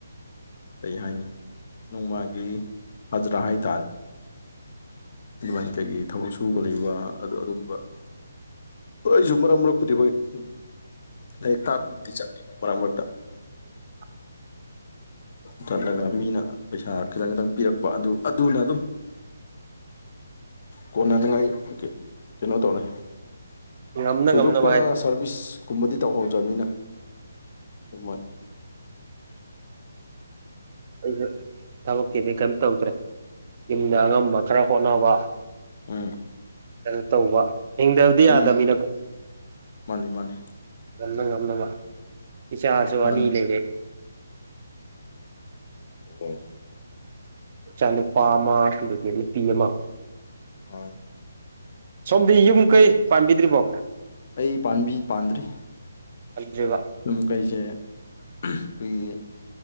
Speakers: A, on the left; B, on the right.
A: ꯀꯩ ꯍꯥꯏꯅꯤ ꯅꯣꯡꯃꯒꯤ ꯍꯖꯔꯥ ꯍꯥꯏꯇꯥꯔꯦ ꯑꯗꯨꯃꯥꯏꯅ ꯀꯩꯒꯤ ꯊꯕꯛ ꯁꯨꯕ ꯂꯩꯕ ꯑꯗꯨ ꯑꯗꯨꯝꯕꯁꯨ ꯃꯔꯛ ꯃꯔꯛꯄꯨꯗꯤ ꯍꯣꯏ ꯎ ꯂꯥꯏꯔꯤꯛ ꯇꯥꯛꯄꯕꯨꯗꯤ ꯆꯠꯅꯦꯕ ꯃꯔꯛ ꯃꯔꯛꯇ
B: <inaudible>
A: ꯊꯠꯂꯒ ꯃꯤꯅ ꯄꯩꯁꯥ ꯈꯤꯇꯪ ꯈꯤꯇꯪ ꯄꯤꯔꯛꯄ ꯑꯗꯨ ꯑꯗꯨꯅ ꯑꯗꯨꯝ ꯀꯣꯟꯅꯅꯤꯡꯉꯥꯏ ꯀꯩꯅꯣ ꯇꯧꯔ
B: ꯉꯝꯅ
A: ꯊꯣꯏꯗꯣꯛꯄ
B: ꯉꯝꯅꯕ ꯍꯥꯏꯗꯤ
A: ꯁꯥꯔꯚꯤꯁꯀꯨꯝꯕꯗꯤ ꯇꯧꯍꯧꯗꯕꯅꯤꯅ ꯑꯗꯨꯃꯅ
B: ꯑꯩꯁꯦ ꯊꯕꯛꯀꯤꯗꯤ ꯀꯩꯝ ꯇꯧꯗ꯭ꯔꯦ ꯌꯨꯝꯗ ꯑꯉꯝꯕ ꯈꯔ ꯍꯣꯠꯅꯕ
A: ꯎꯝ
B: ꯀꯩꯅꯣ ꯇꯧꯕ ꯍꯤꯡꯗꯕꯗꯤ ꯌꯥꯗꯕꯅꯤꯅꯀꯣ
A: ꯎꯝ ꯃꯥꯅꯤ ꯃꯥꯅꯤ
B: ꯉꯅ ꯉꯝꯅꯕ ꯏꯆꯥꯁꯨ
A: ꯃꯥꯅꯤ
B: ꯑꯅꯤ ꯂꯩꯔꯦ
A: ꯑꯣ
B: ꯆꯆꯥ ꯅꯨꯨꯄꯥ ꯑꯃꯦ ꯅꯨꯄꯤ ꯑꯃ
A: ꯑ
B: ꯁꯣꯝꯗꯤ ꯌꯨꯝ ꯀꯩ ꯄꯥꯝꯕꯤꯗ꯭ꯔꯤꯕꯣ
A: ꯑꯩ ꯄꯥꯕꯤ ꯄꯥꯟꯗ꯭ꯔꯤ
B: ꯄꯥꯟꯗ꯭ꯔꯤꯕ
A: ꯑꯗꯨꯝ ꯀꯩꯁꯦ ꯑꯩꯈꯣꯏꯒꯤ